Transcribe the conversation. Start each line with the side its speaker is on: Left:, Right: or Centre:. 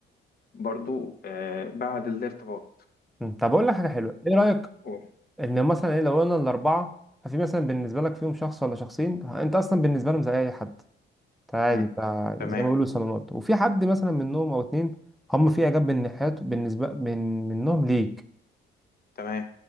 Left: برضو آه، بعد الارتباط
Centre: أمم، طب اقول لك حاجه حلوه ايه رايك
Left: أوه.
Centre: ان مثلا ايه لو قلنا الاربعه ففي مثلا بالنسبه لك فيهم شخص ولا شخصين انت اصلا بالنسبه لهم زي اي حد انت عادي
Left: مم.
Centre: انت
Left: تمام
Centre: زي ما بيقولوا صالونات وفي حد مثلا منهم او اتنين هم في اعجاب بالناحيات بالنسبه من منهم ليك
Left: تمام